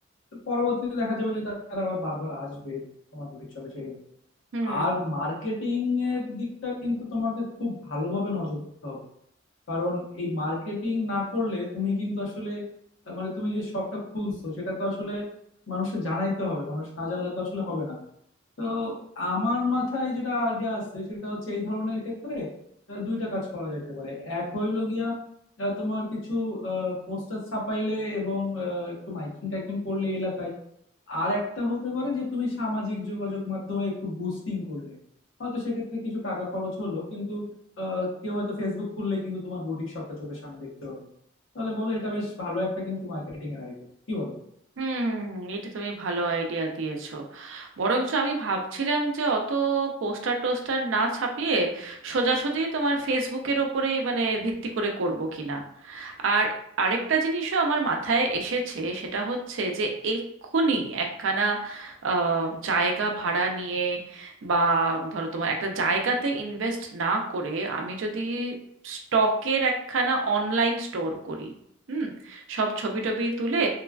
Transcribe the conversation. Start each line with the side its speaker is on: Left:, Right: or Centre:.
Left: তো পরবর্তীতে দেখা যাবে যে তারা আবার বারবার আসবে তোমার বুটিক শপে সেক্ষেত্রে
Right: হুম
Left: আর মার্কেটিং এর দিকটা কিন্তু তোমাকে খুব ভালোভাবে নজর দিতে হবে কারণ এই মার্কেটিং না করলে তুমি কিন্তু আসলে আহ, মানে তুমি যে শপটা খুলছো সেটা তো আসলে মানুষকে জানাইতে হবে মানুষ না জানলে তো আসলে হবে না তো আমার মাথায় যেটা আইডিয়া আছে সেটা হচ্ছে এই ধরনের ক্ষেত্রে আহ, দুইটা কাজ করা যাইতে পারে এক হইলো গিয়া আহ, তোমার কিছু পোস্টার ছাপাইলে এবং আহ, একটু মাইকিং টাইকিং করলে এলাকায় আর একটা হতে পারে যে তুমি সামাজিক যোগাযোগ মাধ্যমে একটু বুস্টিং করলে হয়তো সেক্ষেত্রে কিছু টাকা খরচ হলো কিন্তু আহ, কেউ হয়তো ফেসবুক খুললেই কিন্তু তোমার বুটিক শপটা চোখের সামনে দেখতে পাবে তাহলে বলো এটা বেশ ভালো একটা কিন্তু মার্কেটিং এর আইডিয়া কি বলো
Right: হুম হুম হুম, এটা তুমি ভালো আইডিয়া দিয়েছো বরঞ্চ আমি ভাবছিলাম যে অত পোস্টার টোস্টার না ছাপিয়ে সোজাসুজি তোমার ফেসবুকের ওপরেই মানে ভিত্তি করে করব কিনা আর আরেকটা জিনিসও আমার মাথায় এসেছে সেটা হচ্ছে যে এক্ষুনি একখানা আহ, জায়গা ভাড়া নিয়ে বা ধরো তোমার একটা জায়গাতে ইনভেস্ট না করে আমি যদি স্টকের একখানা অনলাইন স্টোর করি হুম সব ছবি টবি তুলে